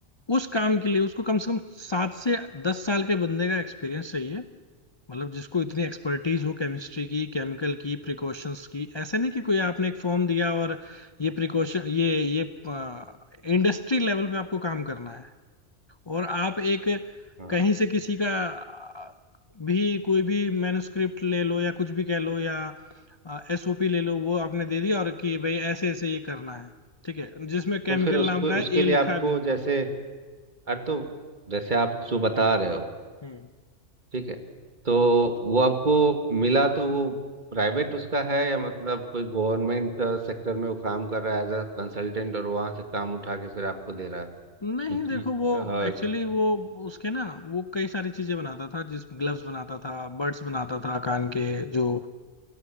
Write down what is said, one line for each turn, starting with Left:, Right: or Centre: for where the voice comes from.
Left: उस काम के लिए उसको कम से कम सात से दस साल के बंदे का एक्सपीरियंस चाहिए मतलब जिसको इतनी एक्सपर्टीज हो केमिस्ट्री की केमिकल की प्रिकॉशंस की ऐसे नहीं कि कोई आपने एक फॉर्म दिया और ये प्रिकॉशन ये ये इंडस्ट्री लेवल पे आपको काम करना है और आप एक
Right: हाँ
Left: कहीं से किसी का अ, भी कोई भी मैन्युस्क्रिप्ट ले लो या कुछ भी कह लो या एसओपी ले लो वो आपने दे दिया और कि भाई ऐसे ऐसे ये करना है ठीक है जिसमें
Right: तो
Left: केमिकल
Right: फिर उसको
Left: नाम का है
Right: उसके
Left: ए
Right: लिए
Left: लिखा
Right: आपको
Left: भी
Right: जैसे अरे तो जैसे आप जो बता रहे हो
Left: हम्म
Right: ठीक है तो वो आपको मिला तो वो प्राइवेट उसका है या मतलब कोई गवर्नमेंट सेक्टर में वो काम कर रहा है एज अ कंसल्टेंट और वहाँ से काम उठा के फिर आपको दे रहा है
Left: नहीं
Right: क्योंकि
Left: देखो वो
Right: अ,
Left: एक्चुअली वो उसके ना वो कई सारी चीजें बनाता था जिस ग्लव्स बनाता था बड्स बनाता था कान के जो